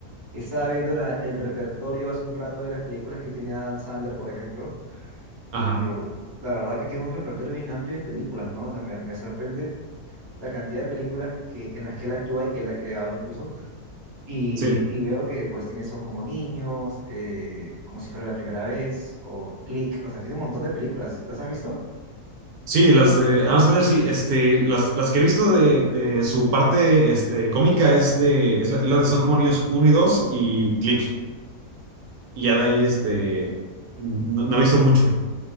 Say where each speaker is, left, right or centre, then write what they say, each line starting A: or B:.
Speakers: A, on the right; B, on the right.
A: Estaba viendo la- el repertorio hace un rato de las películas que tiene Adam Sandler, por ejemplo, y
B: Ajá,
A: uh, la verdad que tiene un repertorio bien amplio de películas, ¿no? O sea, me, me sorprende la cantidad de películas que, en las que él actúa y que él ha creado incluso, y,
B: sí.
A: y veo que pues tiene Son como niños, eh, como si fuera la primera vez, o Click, o sea, tiene un montón de películas. ¿Las has visto?
B: Sí, las de Adam Sandler, sí, este, las, las que he visto de, de su parte este, cómica es de, es la, es la de Son como niños uno y dos y Click. Y ya de ahí, este, no, no he visto mucho.